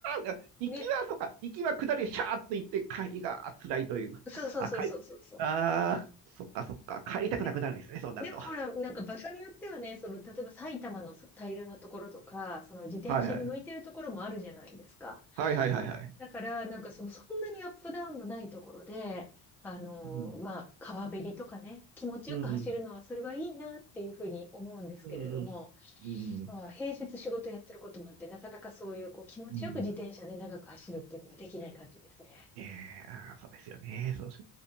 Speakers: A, on the right (about 75°); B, in the centre.
A: あ、行きは、
B: ね、
A: そうか、行きは下り、シャーっと行って、帰りがあ辛いというか、
B: そうそうそうそうそうそう。
A: あ、帰り、ああ、そっか、そっか、帰りたくなくなるんですね、
B: で、
A: そうなると。
B: でもほら、なんか場所によってはね、その、例えば埼玉の平らなところとか、その自転車に向いてるところもあるじゃないですか。
A: はいはい。はいはいはいはい。
B: だから、なんかそう、そんなにアップダウンのないところで、あのーまあ、
A: うん。
B: 川べりとかね、気持ちよく走るのは、
A: うん。
B: それはいいなっていうふうに思うんですけれども、
A: うん。うん。うん。
B: まあ、平日仕事やってることもあって、なかなかそういう、こう、気持ちよく自転車で長く走るっていうのができない感じですね。
A: うんねえ、あーそうですよね。そうし、